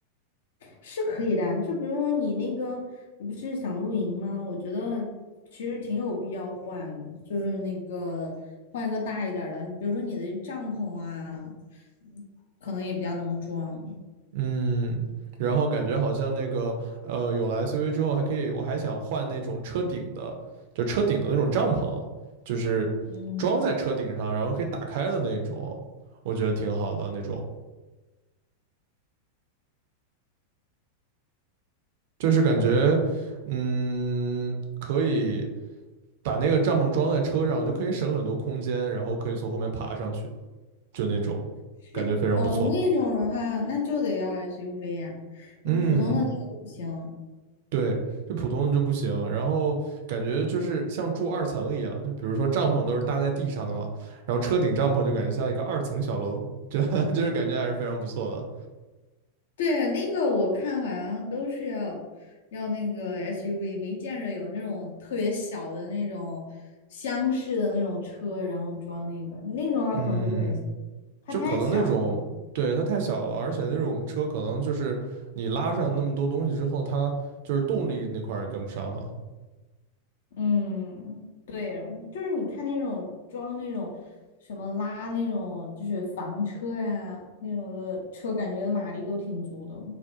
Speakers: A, on the left; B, on the right.
A: 是可以的啊。就比如说你那个，你不是想露营吗？我觉得其实挺有必要换的，就是那个换一个大一点儿的。你比如说你的帐篷啊，嗯可能也比较能装。
B: 嗯，然后感觉好像那个呃，有了 SUV 之后还可以，我还想换那种车顶的，就车顶的那种帐篷，就是装在车顶上，
A: 嗯，
B: 然后可以打开的那种，我觉得挺好的那种，就是感觉嗯，可以把那个帐篷装在车上，就可以省很多空间，然后可以从后面爬上去，就那种
A: 是，
B: 感觉非常不错。
A: 哦，那种的话，那就得要 SUV 呀、
B: 嗯
A: 你普通的那个不行。
B: 对，就普通的就不行。然后感觉就是像住二层一样，就比如说帐篷都是搭在地上的嘛，然后车顶帐篷就感觉像一个二层小楼，这 <laughs> 就是感觉还是非常不错的。
A: 对，那个我看好像都是要要那个 SUV，没见着有那种特别小的那种厢式的那种车，然后装那个那种的话可能就不太行，
B: 嗯，
A: 它太小了。
B: 就可能那种，对，它太小了，而且那种车可能就是你拉上那么多东西之后，它就是动力那块儿也跟不上了。
A: 嗯，对，就是你看那种装那种什么拉那种就是房车呀、那种的车，感觉马力都挺足的。